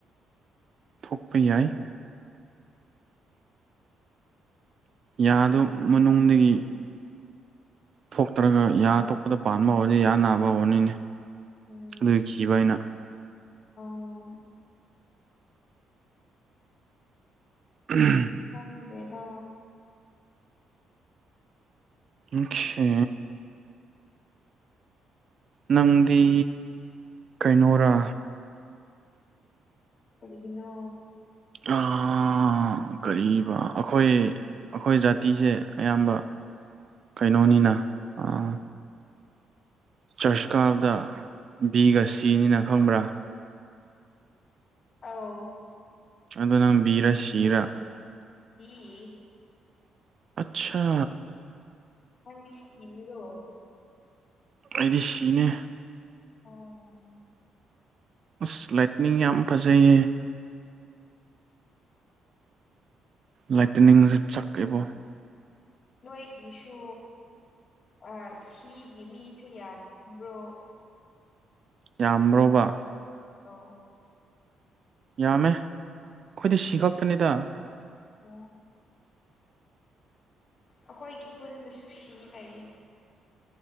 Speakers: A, on the right; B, on the left.
A: ꯊꯣꯛꯄ ꯌꯥꯏ꯫ ꯌꯥꯗꯣ ꯃꯅꯨꯡꯗꯒꯤ꯫ ꯊꯣꯛꯇ꯭ꯔꯒ ꯌꯥ ꯑꯇꯣꯛꯄꯗ ꯄꯥꯟꯕ ꯍꯧꯔꯗꯤ ꯌꯥ ꯅꯥꯕ ꯍꯧꯔꯅꯤꯅꯦ
B: ꯎꯝ
A: ꯑꯗꯨꯒꯤ ꯀꯤꯕ ꯑꯩꯅ꯫
B: ꯑꯣ꯫
A: ꯎꯝ
B: ꯍꯣꯡꯗ꯭ꯔꯦꯗ꯫
A: ꯑꯣꯈꯦ ꯅꯪꯗꯤ ꯀꯩꯅꯣꯔꯥ꯫
B: ꯀꯔꯤꯒꯤꯅꯣ꯫
A: ꯑꯥ ꯑ ꯀꯔꯤꯕ ꯑꯈꯣꯏ ꯑꯈꯣꯏ ꯖꯥꯇꯤꯁꯦ ꯑꯌꯥꯝꯕ꯫ ꯀꯩꯅꯣꯅꯤꯅ ꯑꯥ꯫ ꯆꯔꯁ ꯀꯥꯕꯗ ꯕꯤꯒ ꯁꯤꯅꯤꯅ ꯈꯪꯕ꯭ꯔꯥ꯫
B: ꯑꯧ꯫
A: ꯑꯗꯨ ꯅꯪ ꯕꯤꯔꯥ ꯁꯤꯔꯥ꯫
B: ꯕꯤ꯫
A: ꯑꯠꯁꯥ꯫
B: ꯅꯪꯗꯤ ꯁꯤꯅꯦꯗꯣ꯫
A: ꯑꯩꯗꯤ ꯁꯤꯅꯦ꯫
B: ꯑꯣ꯫
A: ꯑꯁ ꯂꯥꯏꯠꯅꯤꯡ ꯌꯥꯝ ꯐꯖꯩꯌꯦ꯫ ꯂꯥꯏꯇꯅꯤꯡꯖꯦ ꯆꯛꯑꯦꯕꯣ꯫
B: ꯅꯣꯏꯒꯤꯁꯨ ꯑꯥ ꯁꯤꯒꯤ ꯃꯤꯁꯦ ꯌꯥꯝꯕ꯭ꯔꯣ꯫
A: ꯌꯥꯝꯕ꯭ꯔꯣꯕ꯫
B: ꯑꯧ
A: ꯌꯥꯝꯃꯦ ꯈꯣꯏꯗꯤ ꯁꯤ ꯈꯛꯇꯅꯤꯗ꯫
B: ꯑꯣ ꯑꯩꯈꯣꯏꯒꯤ ꯈꯨꯟꯗꯁꯨ ꯁꯤ ꯂꯩꯌꯦ꯫